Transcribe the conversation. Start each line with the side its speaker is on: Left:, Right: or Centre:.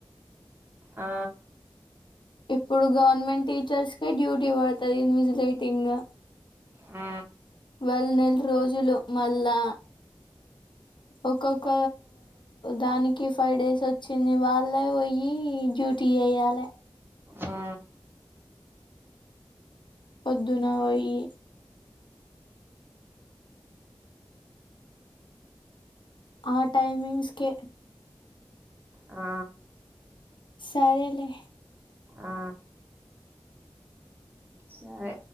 Right: ఆ
Left: ఇప్పుడు గవర్నమెంట్ టీచర్స్ కే డ్యూటీ పడుతది ఇన్విజిలేటింగ్ గా
Right: ఆ
Left: వాళ్ళ నెల రోజులు మళ్ళా ఒక్కొక్క దానికి ఫైవ్ డేస్ వచ్చింది వాళ్ళ పోయిి డ్యూటీ చేయాలి
Right: ఆ
Left: పద్దున పోయి ఆ టైమింగ్స్ కె
Right: ఆ
Left: సరేలే
Right: ఆ సరే